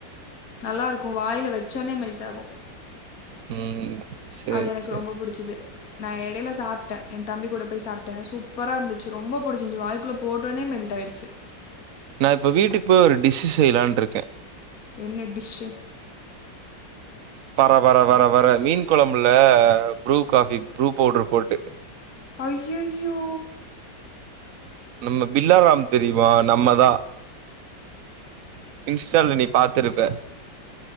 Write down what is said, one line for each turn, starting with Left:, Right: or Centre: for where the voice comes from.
Left: நல்லா இருக்கும் வாயில வச்சோடனே மெல்ட் ஆகும்
Right: ம் சேரி
Left: அது எனக்கு
Right: சேரி
Left: ரொம்ப புடிச்சது நா இடையில சாப்பிட்டேன் என் தம்பி கூட போய் சாப்பிட்டேன் சூப்ப சூப்பரா இருந்துச்சு ரொம்ப பிடிச்சு இருந்துச்சு வாய்க்குள்ள போட்டனே மெல்ட் ஆயிடுச்சு
Right: நா இப்ப வீட்டுக்கு போய் ஒரு டிஷ் செய்யலான்டு இருக்கேன்
Left: என்ன டிஷ்ஷு
Right: பர பர வர வர மீன் குழம்புல ப்ரூ காஃபி ப்ரூ பவுடர் போட்டு
Left: அய்யய்யோ
Right: நம்ம பில்லாரம் தெரியுமா நம்மதா இன்ஸ்டால நீ பாத்துருப்ப